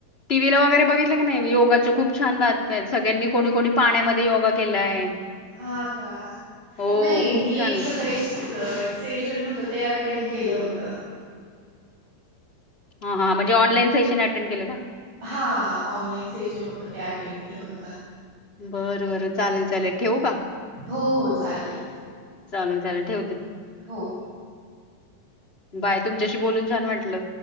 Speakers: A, on the left; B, on the right.
A: टीव्हीला वगैरे बघितलं की नाही योगाच्या खूप छान बातम्या आहेत सगळ्यांनी कोणी कोणी पाण्यामध्ये योगा केलाय
B: हा का
A: हो
B: नाही
A: खूप
B: मी
A: छान
B: एक काही एक्सेशन होत ते अेड केलं होत
A: हा हां म्हणजे ऑनलाईन सेशन अटेंड केलं का
B: हा हा ऑनलाईन सेशन होत ते अटेंड केलं होत
A: बरं बरं चालेल चालेल ठेवू का
B: हो हो चालेल
A: चालेल चालेल ठेवते.
B: हो
A: बाय तुमच्याशी बोलून छान वाटलं.